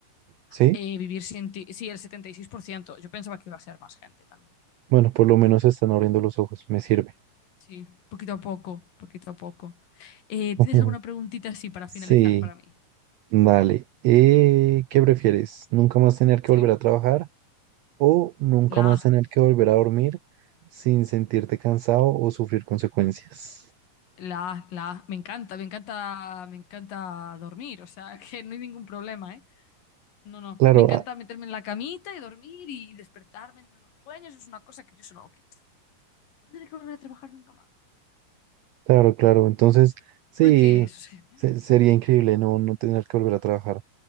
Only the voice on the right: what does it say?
¿Sí?
Bueno, por lo menos están abriendo los ojos, me sirve.
<laughs>
Sí.
Vale, eh, ¿qué prefieres? ¿Nunca más tener que
volver a trabajar o nunca
más
tener que volver a dormir sin sentirte cansado o sufrir consecuencias?
Claro,
ah,
claro, claro. Entonces, sí,
se- sería increíble no, no tener que volver a trabajar.